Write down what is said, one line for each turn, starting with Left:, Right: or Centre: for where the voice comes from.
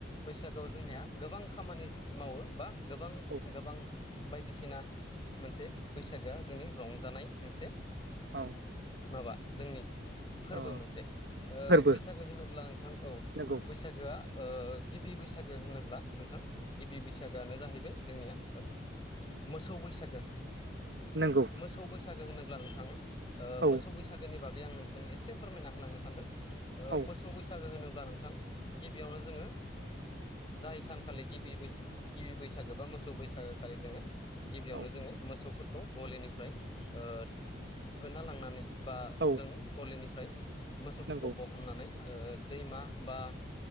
Left: बैसागोआव जोंनिया गोबां खामानि मावो बा गोबां
Right: औ
Left: गोबां बायदिसिना मोनसे बैसागोआ जोंनि रंजानाय मोनसे
Right: औ
Left: माबा जोंनि फोरबो
Right: ओ
Left: मोनसे
Right: फोरबो
Left: बैसागो होनोब्ला नोंथां औ
Right: नंगौ
Left: बैसाग बैसागोआ गिबि बैसागो होनोब्ला नोंथां गिबि बैसागोआनो जाहैबाय ओ जोंनिया मोसौ बैसागो
Right: नंगौ
Left: मोसौ बैसागो होनोब्ला नोंथां
Right: औ
Left: मोसौ बैसागोनि बागै आं नोंथांनो एसे फोरमायना हो होलांनो सानदों
Right: औ
Left: मोसौ बैसागो होनोब्ला नोंथां गिबियावनो जोङो जाय सानखालि गिबि गिबि बैसागो बा मोसौ बैसागो खालि जोङो गिबियावनो
Right: औ
Left: जोङो मोसौफोरखौ गलिनिफ्राय ओ होना लांनानै बा
Right: औ
Left: जों गलिनिफ्राय मोसौफोरखौ
Right: नंगौ
Left: ब होननानै दैमा बा